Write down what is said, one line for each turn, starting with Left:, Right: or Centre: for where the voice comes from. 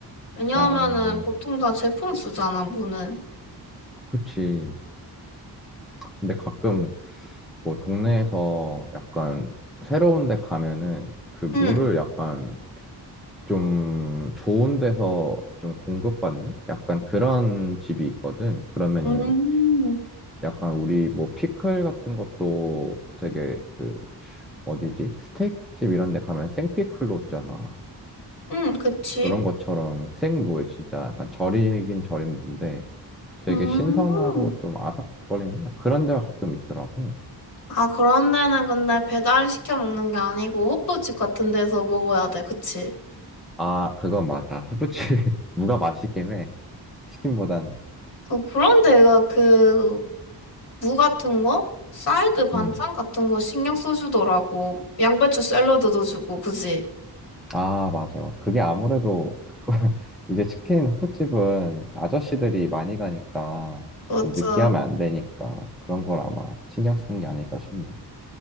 Left: 왜냐하면은
Centre: 아,
Left: 보통 다 제품 쓰잖아, 무는.
Centre: 그치. 근데 가끔 뭐 동네에서 약간 새로운 데 가면은 그 무를
Left: 응,
Centre: 약간 좀 좋은 데서 좀 공급받는 약간 그런 집이 있거든. 그러면은
Left: 음,
Centre: 약간 우리 뭐 피클 같은 것도 되게 그 어디지? 스테이크 집 이런 데 가면 생피클로 주잖아.
Left: 응, 그치?
Centre: 그런 것처럼 생무에 진짜 약간 절이긴 절인 무인데 되게
Left: 음.
Centre: 신선하고 좀 아삭거리는 그런 데가 가끔 있더라고.
Left: 아, 그런 데는 근데 배달 시켜 먹는 게 아니고 호프집 같은 데서 먹어야 돼, 그치?
Centre: 아, 그건 맞아. 후부치 <laughs> 무가 맛있긴 해. 치킨보다는.
Left: 어, 그런 데가 그 무 같은 거? 사이드 반찬
Centre: 음.
Left: 같은 거 신경 써주더라고. 양배추 샐러드 도 주고 그지?
Centre: 아, 맞아. 그게 아무래도 <laughs> 이제 치킨 호프집은 아저씨들이 많이 가니까
Left: 맞아.
Centre: 좀 느끼하면 안 되니까 그런 걸 아마 신경 쓰는 게 아닐까 싶네.